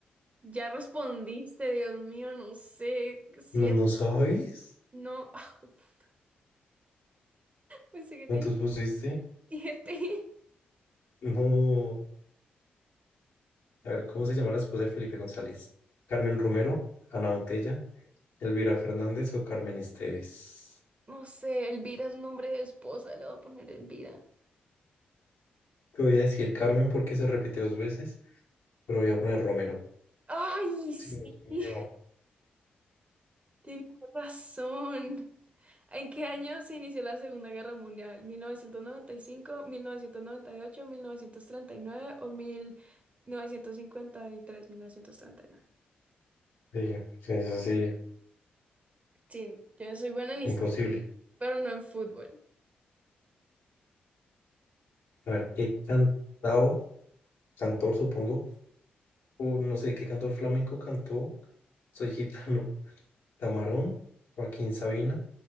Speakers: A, on the right; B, on the left.
A: ya respondiste, Dios mío, no sé. ¿Siete?
B: ¿No, no sabes?
A: No, <laughs> pensé que
B: ¿Cuántos
A: tenía
B: pusiste?
A: siete.
B: No. A ver, ¿cómo se llama la esposa de Felipe González? ¿Carmen Romero, Ana Botella, Elvira Fernández o Carmen Esteves?
A: No sé, Elvira es nombre de esposa, le voy a poner Elvira.
B: Te voy a decir Carmen porque se repite dos veces, pero voy a poner Romero.
A: ¡Ay, sí!
B: Sí, Dios mío.
A: <laughs> Tenía razón. ¿En qué año se inició la Segunda Guerra Mundial? Mil mil mil novecientos novecientos novecientos noventa noventa y y cinco, ocho, mil novecientos treinta y nueve o mil mil novecientos novecientos cincuenta y tres, mil novecientos treinta y nueve.
B: Sí, sí, es así,
A: Sí, yo soy buena en historia,
B: imposible.
A: pero no en fútbol.
B: A ver, ¿qué cantao, cantor supongo, o no sé, qué cantor flamenco cantó? Soy gitano. <laughs> Camarón, Joaquín Sabina,